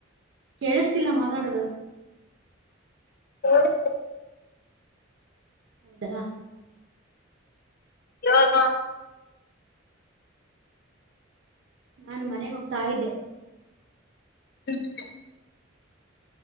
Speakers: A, on the right; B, on the left.
A: ಕೇಳಿಸ್ತಿಲ್ಲ ಮಾತಾಡದು
B: ಹೇಳ <inaudible>
A: ಹೌದಾ <inaudible>
B: ಯಾಗ
A: ನಾನು ಮನೆಗೆ ಹೋಗ್ತಾ ಇದ್ದೆ
B: ಹ್ಞ ಹ್ಞ <inaudible>